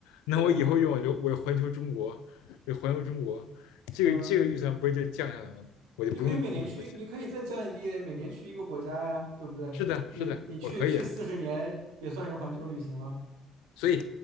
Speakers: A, on the left; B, on the right.
A: 那我以后欲望就我环球中国，
B: 对呀，
A: 就环球中国，这个这个预算不是就降下来了吗？
B: 嗯，
A: 我就不用那么多钱。
B: 你可以每年去，你可以再降低每年去一个国家呀，对不对？
A: 是的，
B: 你你去去四十年也算是环球旅行了。
A: 是的，我可以啊。所以，